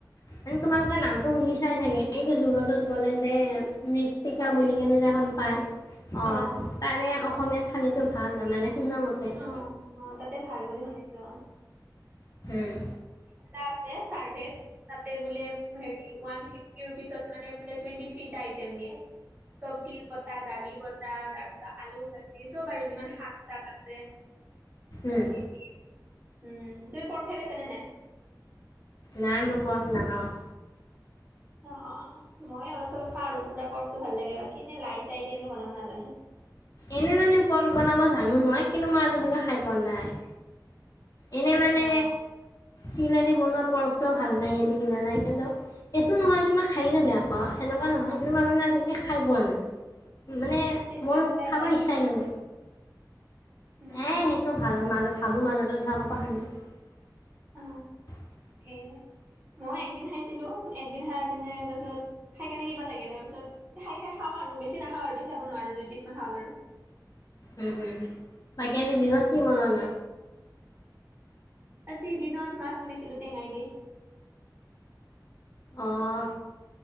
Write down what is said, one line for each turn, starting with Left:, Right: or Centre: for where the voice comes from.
Left: মানে তোমালোকে নামটো শুনি চাই চাগে এই যে যু ৰডত গ'লে যে মী টিকা
Right: মাতৃ
Left: বুলি কেনে যে এখন পায়, অঁ।
Right: অ',
Left: তাৰে অসমীয়ীয়া থালীটো ভাল হয়, মানে শুনা মতে।
Right: অঁ অঁ, তাতে ভাল বুলি শুনিছো।
Left: উম।
Right: এটা আছে, ছাৰ্ভেত তাতে বোলে হেৰি ওৱান ফিফ টি ৰূপিছত মানে, টুৱণ্টি থ্ৰীটা আইটেম দিয়ে। চব, তিল পতা, দালি পতা, তাৰ পিছত আলু পাট, চব আৰু যিমান শাক চাক আছে,
Left: উম
Right: উম। তুমি পৰ্ক খাই পাইছানে নাই?
Left: নাই, মই পৰ্ক নখাওঁ।
Right: অ', অঁ। মই অলপ চলপ খাওঁ আৰু পুৰা পৰ্কটো ভাল লাগে, বাকী এনে লাই চাই তেনেকে বনাব নাজানো।
Left: এনে মানে পৰ্ক বনাব জানো মই, কিন্তু মই আজিলৈকে খাই পোৱা নাই। এনেই মানে
Right: অ',
Left: তিলেদি বনোৱা পৰ্কটোও ভাল লাগে নেকি খাই কিন্তু এইটো নহয় যে মই খায় কিনি বেয়া পাওঁ। সেনেুৱা নহয় কিন্তু মই মানে আজিলকে খাই পোৱা নাই। মানে
Right: টেষ্ট
Left: মোৰ
Right: কৰি চাবা একবাৰ
Left: খাব ইচ্ছাই নাজাই।
Right: উম,
Left: এ, সেইটো ভাল মাজ ভাবো, মাজতে আকৌ পাহৰোঁ। <inaudible>
Right: অ'। এ, মই একদিন খাইছিলো একদিন খাই কেনে তাৰপিছত খাই কেনে কিবা লাগে, তাৰপিছত খাই খাই খাওঁ আৰু বেছি নখাও আৰু বেছি খাব নোৱাৰো, দুই পিচ মান হে খাব পাৰো।
Left: হো হো, বাকী আজি দিনত কি বনলা?
Right: আজি দিনত মাছ বনাইছিলো টেঙাই দি।
Left: অহ।